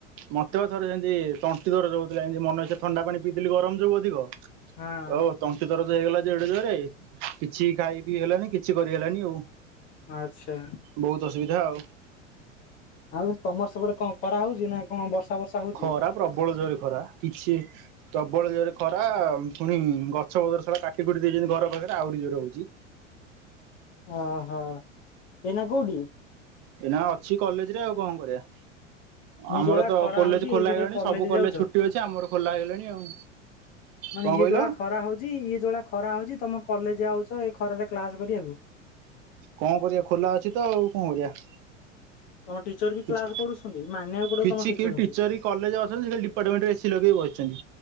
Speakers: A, on the right; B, on the left.
A: ମତେ ବା ଥରେ ସେମିତି ତଣ୍ଟି ଦରଜ ହଉଥିଲା ଏମିତି ମନ ଇଚ୍ଛା ଥଣ୍ଡା ପାଣି ପିଇଥିଲି ଗରମ ଯୋଗୁ ଅଧିକ
B: ହଁ
A: ଓ ତଣ୍ଟି ଦରଜ ହେଇଗଲା ଏଡେ ଜୋରେ କିଛି ଖାଇ ପିଇ ହେଲାନି କିଛି କରି ହେଲାନି ଆଉ।
B: ଆଚ୍ଛା।
A: ବହୁତ ଅସୁବିଧା ଆଉ।
B: ଆଉ ତମର ସେପଟେ କଣ ଖରା ହଉଛି ନା କଣ ବର୍ଷା ବର୍ଷା ହଉଛି?
A: ଖରା ପ୍ରବଳ ଜୋରେ ଖରା କିଛି ପ୍ରବଳ ଜୋରେ ଖରା ପୁଣି ଗଛ ପତ୍ର ସବୁ କାଟି କୁଟି ଦେଇଛନ୍ତି ଘର ପାଖରେ ଆହୁରି ଜୋରେ ହଉଛି।
B: ଓହୋ ଏଇନା କୋଉଠି?
A: ଏଇ ନା ଅଛି କଲେଜ ରେ ଆଉ କଣ କରିବା?
B: କି
A: ଆମର
B: ଯୋଉଳା
A: ତ
B: ଖରା
A: କଲେଜ
B: ହଉଛି
A: ଖୋଲା
B: ଏଇଥିରେ
A: ହେଇଗଲାଣି ସବୁ କଲେଜ
B: ଯାଉଛ
A: ଛୁଟି ଅଛି ଆମର ଖୋଲା ହେଇଗଲାଣି ଆଉ।
B: ମାନେ
A: କଣ
B: ଇଏ
A: କହିଲ
B: ଯୋଉ ଭଳିଆ ଖରା ହଉଛି ଇଏ ଯୋଉ ଭଳିଆ ଖରା ହଉଛି ତମେ କଲେଜ ଯାଉଛ ଏ ଖରାରେ କ୍ଲାସ କରିବାକୁ?
A: କଣ କରିବା ଖୋଲା ଅଛି ତ ଆଉ କଣ କରିବା।
B: ତମ ଟିଚର ବି
A: କିଛି
B: କ୍ଲାସ କରୁଛନ୍ତି ମାନିବାକୁ ପଡିବ
A: କିଛି
B: ତମ ଟିଚରଙ୍କୁ।
A: କେହି ଟିଚର କଲେଜ ଅଛନ୍ତି ଡିପାର୍ଟମେଣ୍ଟରେ ଏସି ଲଗେଇ ବସିଛନ୍ତି